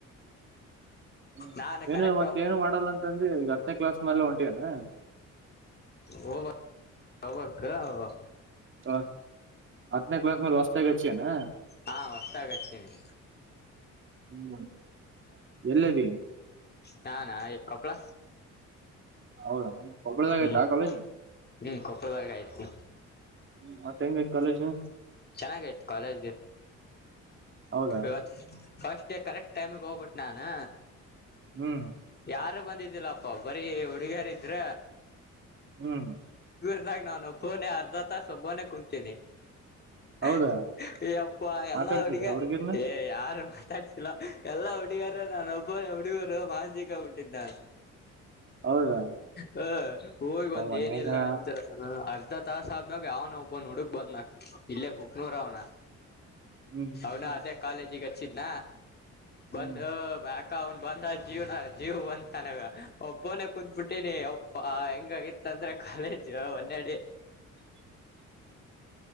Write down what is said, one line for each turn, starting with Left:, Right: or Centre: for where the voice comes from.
Right: ಹ್ಮ್
Left: ನಾನು
Right: ಏನು
Left: ಕರೆಕ್ಟ್
Right: ಮತ್ತ ಏನು ಮಾಡಲ್ಲ ಅಂತ ಅಂದಿ ಈಗ ಹತ್ತನೇ ಕ್ಲಾಸ್ ಮೇಲೆ ಹೊಂಟಿಯನ.
Left: ಹೋಗ್ಬ ಹೋಗ್ಬೇಕು.
Right: ಹಾ ಹತ್ನ ಕ್ಲಾಸ್ ಮೇಲೆ ವಸ್ತಗಿ ಅಚ್ಚಿಯೆನು.
Left: ಹಾ ಹೊಸ್ತಗಿ ಹಚ್ಚಿನಿ.
Right: ಹ್ಮ್ ಎಲ್ಲದಿ.
Left: ಹಾ ನಾನ ಕೊಪ್ಪಳ.
Right: ಹೌದಾ ನಿಮ ಕೊಪ್ಪಳದಾಗೈತಾ
Left: ಹ್ಮ್
Right: ಆ ಕಾಲೇಜ್.
Left: ಹ್ಮ್ ಕೊಪ್ಪಳದಾಗ ಆಯ್ತಿ.
Right: ಹ್ಮ ಮತ್ತಂಗಾಯ್ತಾ ಕಾಲೇಜು.
Left: ಚೆನ್ನಾಗೈತ್ ಕಾಲೇಜು.
Right: ಹೌದಾ
Left: ಇವತ್ತು ಫಸ್ಟ್ ಡೇ ಕರೆಕ್ಟ್ ಟೈಮಿಗೆ ಹೋಗ್ಬಿಟ್ಟು ನಾನು.
Right: ಹ್ಮ್
Left: ಯಾರು ಬಂದಿದ್ದಿಲ್ಲಪ್ಪ ಬರೀ ಹುಡುಗ್ಯಾರ ಇದ್ರ.
Right: ಹ್ಮ್.
Left: ಇದಾಗ ನಾನು ಒಬ್ಬನನೆ ಅರ್ಧ ತಾಸ ಒಬ್ಬನೆೇ ಕುಂತೀನಿ. ಹುಂ
Right: ಹೌದಾ
Left: ಯಪ್ಪ್ಪ ಎಲ್ಲಾ
Right: ಮಾತಾಡ್ಸಿದ
Left: ಹಡುಗ್ಯರು.
Right: ಹುಡ್ಗಿರ್ನ
Left: ಏ ಯಾರು ಮಾತಾಡ್ಸಿಲ್ಲಾ ಎಲ್ಲಾ ಹುಡಗ್ಯಾರ ನಾ ಒಬ್ಬನ ಹುಡಗರ ಮಾನಸಿಕ. ಇದ್ದಾರ.
Right: ಹೌದಾ
Left: ಹ ಹೋಗ್ ಒಂದ
Right: ಒಂದೇ
Left: ಏನಿಲ್ಲ
Right: ದಿನ
Left: ಅಂದ್ರೆ ಅರ್ಧ. ತಾಸ ಆದನಾಗ ಯಾವನ ಒಬ್ಬ ಹುಡುಕ್ ಬಂದ್ನ ಇಲ್ಲೇ ಕುಕ್ನೂರ ಅವನ
Right: ಹ್ಮ್
Left: ಅವನ.
Right: ಹ್ಮ್
Left: ಅಚಿದ್ನ ಬಂದ
Right: ಹ್ಮ್
Left: ಅಂ. ಬಂದ ಜೀವನ ಜೀವ್ ಬಂತನಾಗ ಒಬ್ಬನ ಕುತ್ಬಿಟ್ಟೀನಿ ಒಪ್ಪ ಹೆಂಗಾಗಿತ್ತ ಅಂದ್ರೆ. ಕಾಲೇಜ್ ಒನ್ನೆಡೆ.
Right: ಹ